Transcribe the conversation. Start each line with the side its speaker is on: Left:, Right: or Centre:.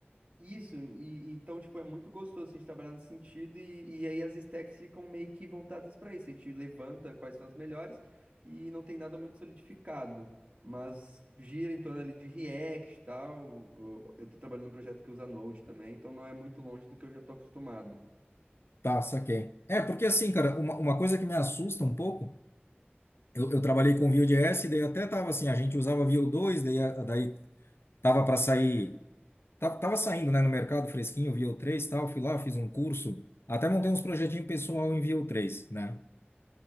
Right: isso, e, e então, tipo, é muito gostoso assim, a gente trabalhar nesse sentido, e, e aí as stacks ficam meio que voltadas pra isso. A gente levanta quais são as melhores e não tem nada muito solidificado, mas gira em torno ali de React e tal. Eu, eu tô trabalhando num projeto que usa Node também, então não é muito longe do que eu já tô acostumado.
Left: Tá, saquei. É, porque assim, cara, uma, uma coisa que me assusta um pouco, eu, eu trabalhei com Vue Vue.js, daí até tava assim, a gente usava Vue dois daí, a- daí tava para sair, tava, tava saindo, né, no mercado fresquinho, Vue três e tal, fui lá, fiz um curso, até montei uns projetinhos pessoal em Vue três né?